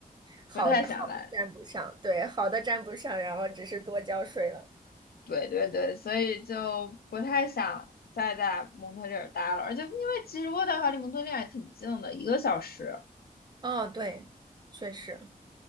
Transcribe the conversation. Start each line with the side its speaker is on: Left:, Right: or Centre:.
Right: 好好的沾不上，
Left: 不太想来。
Right: 对，好的占不上，然后只是多交税了。
Left: 对对对，所以就不太想再在蒙特利尔待了。而且因为其实渥太华离蒙特利尔挺近的，一个小时。
Right: 哦，对，确实，